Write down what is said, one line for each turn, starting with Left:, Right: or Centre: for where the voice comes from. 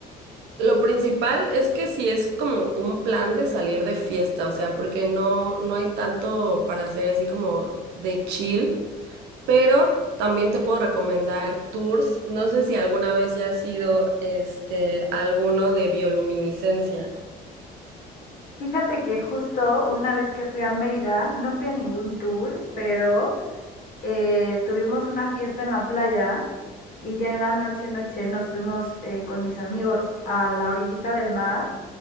Right: lo principal es que si es como un plan de salir de fiesta, o sea, porque no, no hay tanto para hacer así como de chill. pero también te puedo recomendar tours. No sé si alguna vez ya has sido este, alguno de bioluminiscencia.
Left: Fíjate que justo una vez que fui a Mérida, no fui a ningún tour, pero... eh, tuvimos una fiesta en la playa y ya en la noche, noche nos fuimos eh, con mis amigos a la orillita del mar